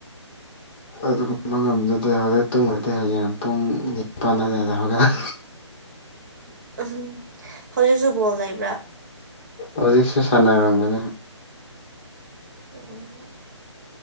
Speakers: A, on the left; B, on the right.
A: ꯑꯗꯨꯕ ꯉꯝꯗꯗꯦ ꯍꯧꯖꯤꯛ ꯇꯨꯡꯗꯗꯤ ꯍꯌꯦꯡ ꯄꯨꯡ ꯅꯤ ꯅꯤꯄꯥꯟꯗ ꯍꯧꯒꯠ
B: ꯎ ꯍꯧꯖꯤꯛꯁꯨ ꯕꯣꯜ ꯂꯩꯕ꯭ꯔꯥ
A: ꯍꯧꯖꯤꯛꯁꯨ ꯁꯥꯟꯅꯔꯝꯒꯅꯤ
B: ꯎ